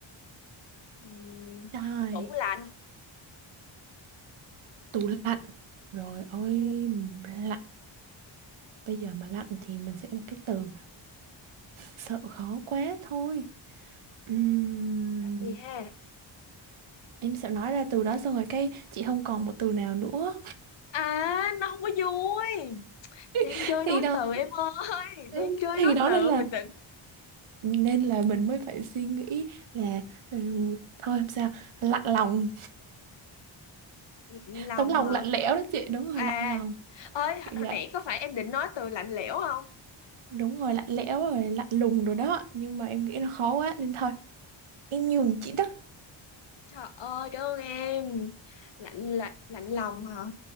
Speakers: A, on the left; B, on the right.
A: Ừm,
B: rồi
A: Tủ lạnh,
B: tủ lạnh rồi ôi
A: Ừ,
B: ừm, lạnh bây giờ mà lạnh thì mình sẽ có một cái từ sợ khó quá thôi Ừm,
A: lạnh gì ha?
B: em sợ nói ra từ đó xong rồi cái chị không còn một từ nào nữa
A: À, nó không có vui. Đang
B: <laughs>
A: chơi
B: thì
A: nói
B: đó
A: từ em ơi, <laughs>
B: Ừ,
A: đang chơi
B: thì
A: nói
B: đó
A: từ,
B: nên là
A: bình tĩnh.
B: nên là mình mới phải suy nghĩ là ừm, thôi không sao lạnh lòng
A: Lạnh lòng
B: tấm lòng
A: hả?
B: lạnh lẽo đó chị đúng rồi
A: À,
B: lạnh lòng
A: ơi,
B: kiểu
A: hồi
B: vậy
A: nãy có phải em định nói từ lạnh lẽo không?
B: đúng rồi lạnh lẽo rồi lạnh lùng rồi đó nhưng mà em nghĩ nó khó quá nên thôi em nhường chị đó
A: Trời ơi, cảm ơn em. Lạnh lạnh lạnh lòng hả?